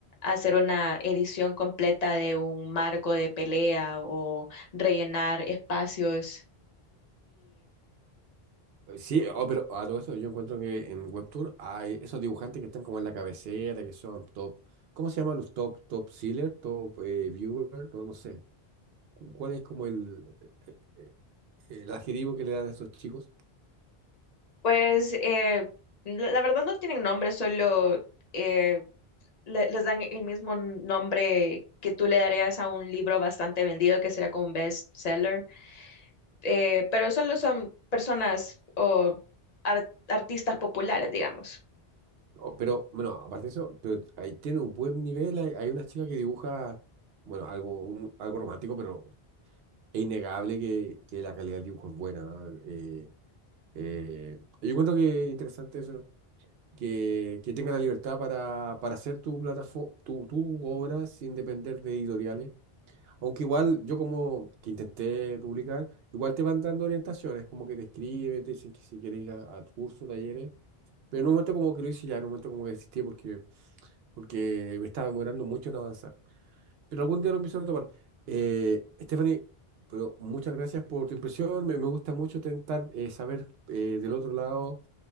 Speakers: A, on the left; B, on the right.
A: hacer una edición completa de un marco de pelea o rellenar espacios.
B: Eh, Sí, oh, pero a todo esto yo encuentro que en Webtoon hay esos dibujantes que están como en la cabecera, que son top, ¿cómo se llaman los top, top sealer, top eh, viewer? No, no sé, cu- ¿cuál es como el, eh, el adjetivo que le dan a esos chicos?
A: Pues eh, la, la verdad no tienen nombre, solo eh, le- les dan el mismo nombre que tú le darías a un libro bastante vendido, que sería como un bestseller, eh, pero solo son personas o ar- artistas populares, digamos.
B: Oh, pero bueno, aparte de eso, pero ahí tienen un buen nivel, hay, hay una chica que dibuja, bueno, algo, un- algo romántico, pero es innegable que, que la calidad del dibujo es buena. ¿eh? Eh, eh, yo encuentro que interesante eso. que, que tenga la libertad para, para hacer tu plataforma, tu, tu obra sin depender de editoriales. Aunque igual yo como que intenté publicar, igual te van dando orientaciones, como que te escriben, te dicen que si quieres ir a, a tu talleres. Pero en un momento como que lo hice ya, en un momento como que desistí porque, porque me estaba demorando mucho en avanzar. Pero algún día lo empiezo a retomar. Eh, Stephanie, pero muchas gracias por tu impresión. Me, me gusta mucho intentar eh, saber eh, del otro lado